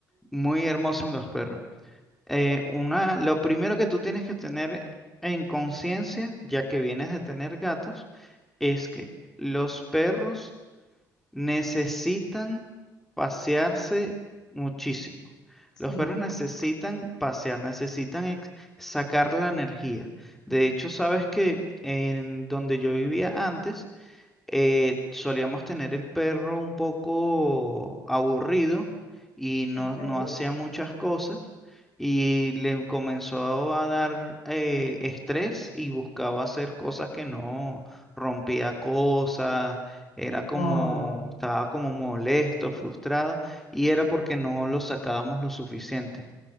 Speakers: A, in the centre; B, on the left (about 60°).
A: muy hermosos los perros. Eh, una, lo primero que tú tienes que tener en conciencia, ya que vienes de tener gatos, es que los perros necesitan pasearse muchísimo.
B: Sí.
A: Los perros necesitan pasear, necesitan ex- sacar la energía. De hecho, sabes que en donde yo vivía antes, eh, solíamos tener el perro un poco aburrido y no,
B: Ok,
A: no hacía muchas cosas y le comenzó a dar eh, estrés y buscaba hacer cosas que no rompía cosas, era como,
B: Wow.
A: estaba como molesto, frustrado y era porque no lo sacábamos lo suficiente.